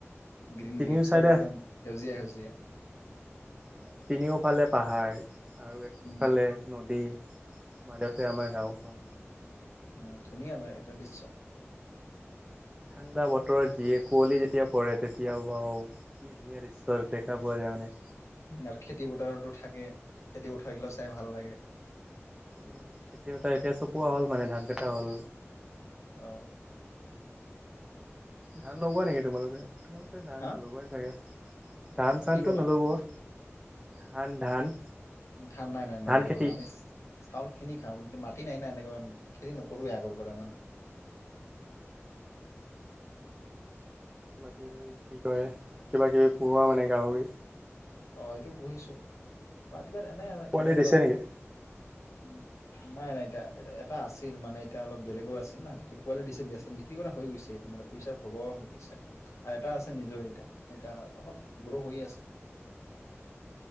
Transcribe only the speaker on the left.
গ্ৰীণ
<unintelligible> পুৰা
একদম সেউজীয়া, সেউজীয়া।
উম
উ! ধুনীয়া লাগে এইটো দৃশ্য।
আৰু খেতি পথাৰতো থাকে, খেতি পথাৰ গিলাক চাই ভাল লাগে।
অ'।
হা
কি ক'লা
ধান, নাই নাই নলগাও
আমি, চাউল কিনি খাওঁ, মাটি নাই না এনেকুৱা, খেতি নকৰোৱে আগৰ পৰা ইমান।
অ' সেইটো পুহিছো। <unintelligible> এনে,
এনে
অলপ,
উ! নাই নাই এতিয়া, এ এটা আছিল মানে, এতিয়া, অলপ বেলেগৰ আছিল না, এতিয়া পোৱালি দিছে বিক্ৰী কৰা হৈ গৈছে। এইটো, মানে পইচাৰ ভগৱা হৈ গৈছে আৰু এটা আছে, নিজৰ এতিয়া এয়া অলপ সৰু হৈ আছে।